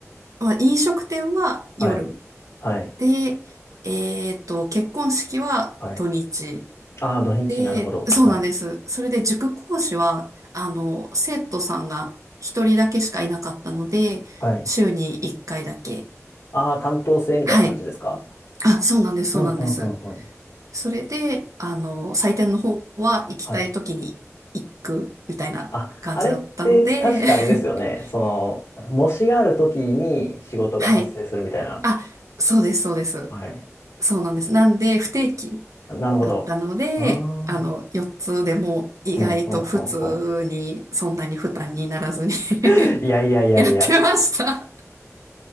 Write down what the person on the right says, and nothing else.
まあ、飲食店は夜。
で、えっと、結婚式は土日。
で、
そうなんです。
それで塾講師は、あの、生徒さんが一人だけしかいなかったので、
週に一回だけ。
はい。あ、そうなんです、
そうなんです。それで、あの、採点の方は行きたい時に行くみたいな感じだったので、
<laughs>
はい。あ、そうです、そうです。
そうなんです。なんで、不定期
だったので、
あの、4つでも意外と普通に、
そんなに負担にならずに
<laughs> やってました。